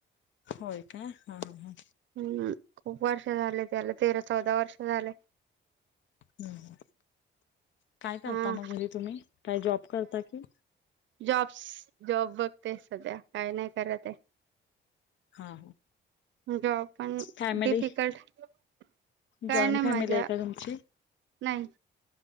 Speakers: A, on the left; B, on the right.
A: होय का? हा ह.
B: हम्म खूप वर्ष झाले त्याला, तेरा चौदा वर्ष झाले.
A: हम्म. काय करता
B: हा
A: मग घरी तुम्ही? काय जॉब करता की-
B: जॉबस, जॉब बघतेय सध्या. काय नाही करत आहे.
A: हा.
B: जॉब पण
A: फॅमिली
B: डिफिकल्ट, काय
A: जॉईंट
B: नाही
A: फॅमिली
B: मजा
A: आहे का तुमची
B: नाही